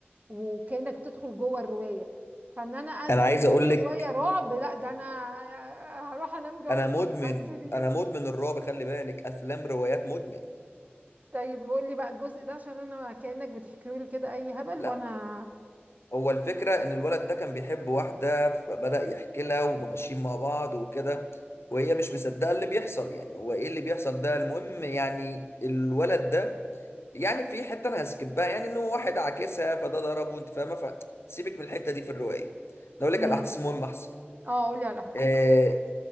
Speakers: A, on the right; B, on the left.
A: وكأنك بتدخل جوه الرواية فان انا قاعد
B: انا
A: أقرأ
B: عايز اقول لك
A: رواية رعب لا ده انا هروح انام جنب
B: انا مدمن
A: على السرير
B: انا مدمن الرعب خلي بالك افلام روايات مدمن
A: طيب قول لي بقى الجزء ده عشان انا كأنك بتحكي لي كده اي هبل
B: لا
A: وانا
B: هو الفكره ان الولد ده كان بيحب واحده فبدأ يحكي لها وماشيين مع بعض وكده وهي مش مصدقه اللي بيحصل يعني هو ايه اللي بيحصل ده المهم يعني الولد ده يعني في حته انا هسكبها يعني ان هو واحد عاكسها فده ضربه انت فاهمه فسيبك من الحته دي في الروايه أنا اقول
A: تمام
B: لك على الاحداث المهمه احسن
A: اه قول لي على الاحداث
B: آه